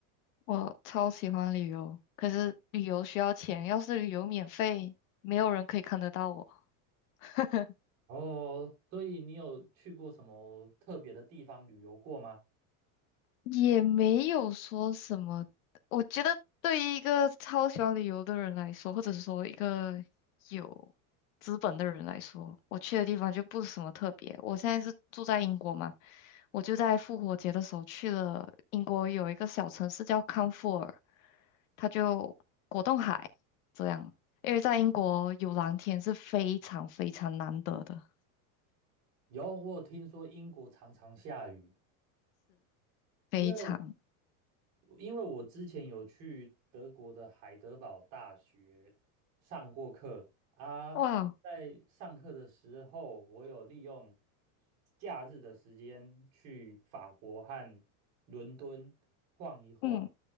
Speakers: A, on the left; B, on the right.
A: 我超喜欢旅游，可是旅游需要钱，要是旅游免费，没有人可以看得到我。<laughs>
B: 哦，所以你有去过什么特别的地方旅游过吗？
A: 也没有说什么。我觉得对于一个超喜欢旅游的人来说，或者是说一个有资本的人来说，我去的地方就不是什么特别。我现在是住在英国嘛，我就在复活节的时候去了英国有一个小城市叫康沃尔，它就果冻海这样。因为在英国有蓝天是非常非常难得的，
B: 有，我有听说英国常常下雨，
A: 非常
B: 因为因为我之前有去德国的海德堡大学上过课啊，
A: 哇，
B: 在上课的时候，我有利用假日的时间去法国和伦敦晃一晃。
A: 嗯，